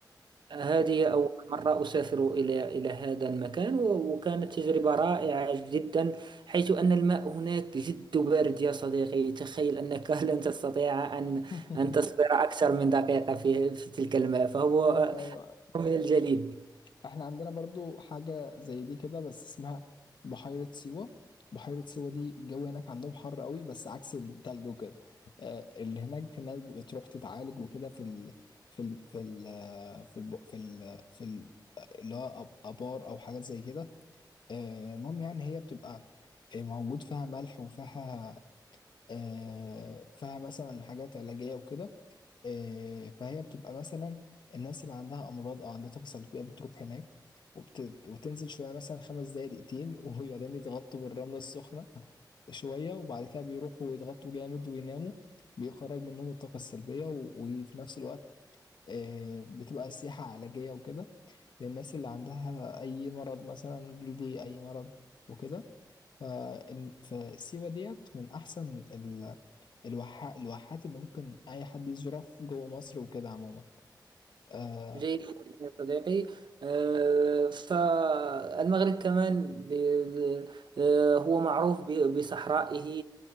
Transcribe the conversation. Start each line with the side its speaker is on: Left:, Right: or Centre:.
Right: هذه
Left: Yeah.
Right: أول مرة أسافر إلى إلى هذا المكان و- وكانت تجربة رائعة جدا حيث أن الماء هناك جد بارد يا صديقي تخيل أنك <laughs> لن تستطيع أن
Left: <laughs>
Right: أن تصبر أكثر من دقيقة في في تلك الماء فهو
Left: ايوه ايوه
Right: من الجليد
Left: احنا عندنا برضو حاجه زي دي كده بس اسمها بحيره سيوه بحيره سيوه دي الجو هناك عندهم حر قوي بس عكس التلج وكده آه، اللي هناك في الناس بتروح تتعالج وكده في ال في ال في ال في ال في ال في ال- اللي هو أب- ابار او حاجات زي كده آه، المهم يعني هي بتبقى آه، موجود فيها ملح وفيها آه، فيها مثلا حاجات علاجيه وكده آه، فهي بتبقى مثلا الناس اللي عندها امراض او عندها طاقه سلبيه بتروح هناك وبت... وتنزل شويه مثلا خمس دقايق دقيقتين <laughs> وبعدين يتغطوا بالرمله السخنه شويه وبعد كده بيروحوا يتغطوا جامد ويناموا بيخرج منهم الطاقه السلبيه و... وفي نفس الوقت آه، بتبقى سياحه علاجيه وكده للناس اللي عندها اي مرض مثلا جلدي اي مرض وكده ف... فسيوة ديت من احسن ال... الوحا... الواحات اللي ممكن اي حد يزورها في جوه مصر وكده عموما آه،
Right: جيد يا صديقي آه، فالمغرب كمان ب- آه، هو معروف ب- بصحرائه